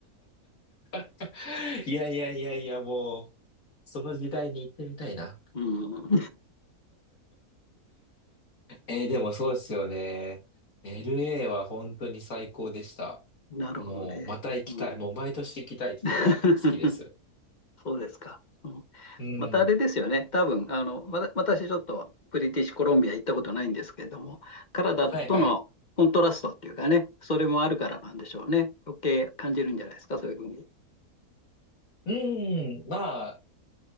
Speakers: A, on the left; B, on the left.
A: <laughs> いやいやいやいや、もう、その時代に行ってみたいな。
B: うん。
A: えーでもそうですよね。LA は本当に最高でした。
B: <laughs> なるほどね。
A: もう、また行きたい。
B: うん、
A: もう毎年行きたいってぐらい好きです。
B: <laughs> そうですか。うん
A: うん。
B: またあれですよね。多分、あの、わた私ちょっとブリティッシュコロンビア行ったことないんですけれども、カナダとのコントラストっていうかね、
A: はいはい。
B: それもあるからなんでしょうね。余計感じるんじゃないですか、そういうふうに。
A: うん。まあ、